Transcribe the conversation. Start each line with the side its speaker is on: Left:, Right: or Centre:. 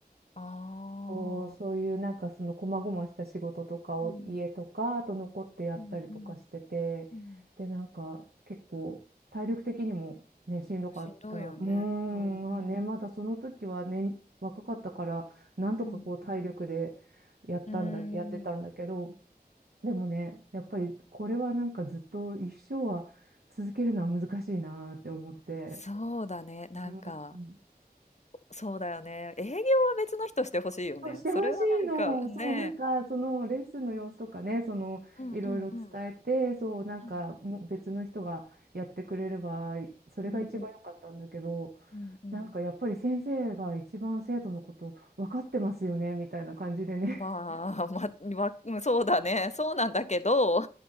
Left: ああ。
Right: こう、そういうなんかその細々した仕事とかを家とか、
Left: うん
Right: あと残ってやったりとかしてて、
Left: うんうんうん。
Right: で、なんか結構体力的にもね、しんどかった。
Left: しんどいよね。
Right: うーん、
Left: う
Right: まあね、まだその時はね、若かったから、なんとかこう体力で
Left: んうんうん。う
Right: やったんだ、
Left: ん。うん。
Right: やってたんだけど、でもね、やっぱりこれはなんかずっと一生は続けるのは難しいなって思って。
Left: そうだね。なんか、
Right: うん。
Left: そうだよね。営業は別の人してほしいよね。
Right: そうしてほしいの。
Left: それはなんかね。
Right: そう、
Left: ね
Right: なんか、そのレッスンの様子とかね、その、
Left: うんうんうん。
Right: いろいろ伝えて、そう、なんか、
Left: うん。
Right: もう別の人がやってくれれば、それが一番良かったんだけど、
Left: うんうんうんうん。
Right: なんかやっぱり先生が一番生徒のこと分かってますよね、みたいな感じでね
Left: まあ、ま、<laughs> わうん、そうだね。そうなんだけど、